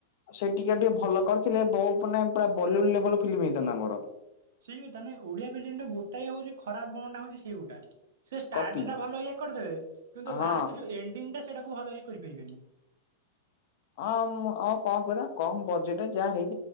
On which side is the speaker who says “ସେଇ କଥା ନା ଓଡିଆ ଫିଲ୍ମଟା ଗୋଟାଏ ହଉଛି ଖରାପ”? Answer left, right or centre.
Right